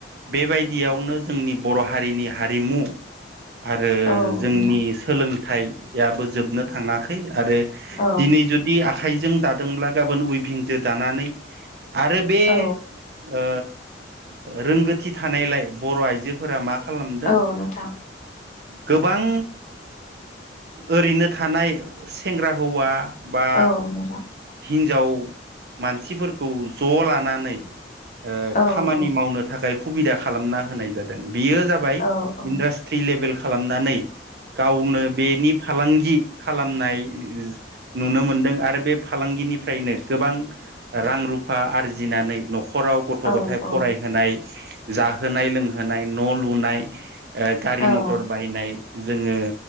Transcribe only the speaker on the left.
औ
नोंथां
औ
औ
औ नोंथां
औ नोंथां
औ
औ
औ औ
औ
औ
औ